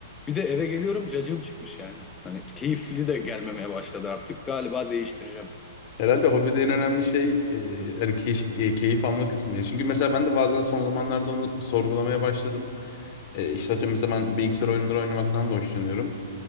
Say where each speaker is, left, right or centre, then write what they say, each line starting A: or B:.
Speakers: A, on the left; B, on the left.
A: Bir de eve geliyorum cacığım çıkmış yani. Hani keyifli de gelmemeye başladı artık. Galiba değiştireceğim.
B: Herhalde hobide en önemli şey e, hani key- e, keyif alma kısmı ya. Çünkü mesela ben de bazen son zamanlarda onu sorgulamaya başladım. E, işte atıyorum mesela ben bilgisayar oyunları oynamaktan da hoşlanıyorum.